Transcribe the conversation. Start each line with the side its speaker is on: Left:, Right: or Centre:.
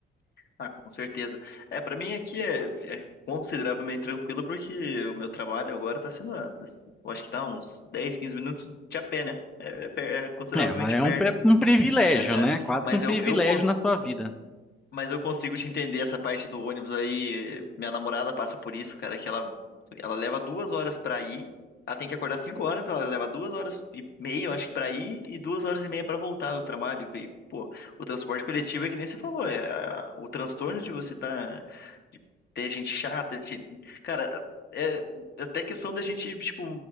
Left: Ah, com certeza. É, pra mim aqui é, é consideravelmente tranquilo porque o meu trabalho agora tá sendo, ah, eu acho que dá uns 10 15 minutos de a pé, né? É, é per- é consideravelmente
Centre: É, mas é
Left: perto.
Centre: um, pre- um privilégio,
Left: Aham.
Centre: né? Quase
Left: Mas
Centre: que um privilégio
Left: eu, eu cons...
Centre: na sua vida.
Left: mas eu consigo te entender essa parte do ônibus aí. Minha namorada passa por isso, cara, que ela, ela leva duas horas pra ir. Ela tem que acordar cinco horas, ela leva duas horas e meia, eu acho que pra ir, e duas horas e meia pra voltar do trabalho. E, pô, o transporte coletivo é que nem você falou, é a- o transtorno de você tá, de ter gente chata, de- cara, é é até questão da gente, tipo,